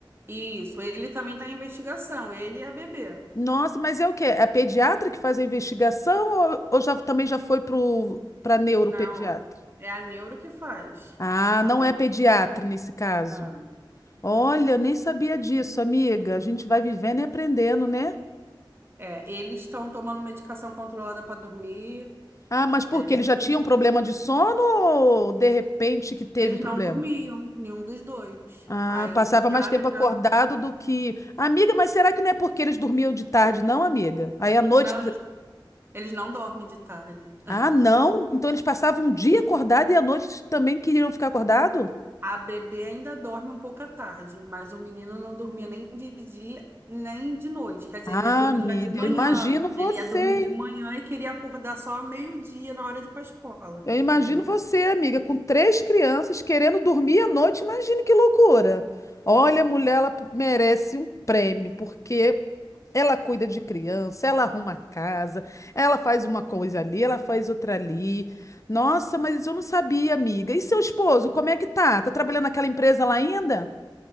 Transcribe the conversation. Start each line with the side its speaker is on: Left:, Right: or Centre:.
Right: Isso, ele também está em investigação, ele e a bebê.
Left: Nossa, mas é o quê? É pediatra que faz a investigação ou, ou já, também já foi pro, pra neuropediatra?
Right: Não, é a neuro que faz.
Left: Ah,
Right: Ai,
Left: não é pediatra nesse caso.
Right: não.
Left: Olha, eu nem sabia disso, amiga. A gente vai vivendo e aprendendo, né?
Right: É, eles estão tomando medicação controlada para dormir.
Left: Ah, mas por
Right: É,
Left: quê? Ele já tinha um problema de sono ou de repente que teve
Right: eles
Left: problema?
Right: não dormiam, nenhum dos dois.
Left: Ah,
Right: Aí
Left: passava
Right: de
Left: mais
Right: cara
Left: tempo
Right: já.
Left: acordado do que. Amiga, mas será que não é porque eles dormiam de tarde, não, amiga? Aí à noite.
Right: Não, eles, eles não dormem de tarde.
Left: Ah, não? Então eles passavam um
Right: né?
Left: dia acordado e à noite também queriam ficar acordado?
Right: A bebê ainda dorme um pouco à tarde, mas o menino não dormia nem de dia, nem de noite. Quer dizer,
Left: Ah,
Right: ele ia dormir
Left: amiga,
Right: já de manhã.
Left: eu imagino você,
Right: Ele ia dormir de
Left: hein?
Right: manhã e queria acordar só ao meio-dia na hora de ir para escola,
Left: Eu imagino
Right: entendeu?
Left: você, amiga, com três crianças querendo dormir à noite. Imagina que loucura. Olha, a mulher, ela merece um prêmio, porque Ela cuida de criança, ela arruma a casa, ela faz uma coisa ali, ela faz outra ali. Nossa, mas eu não sabia, amiga. E seu esposo, como é que tá? Tá trabalhando naquela empresa lá ainda?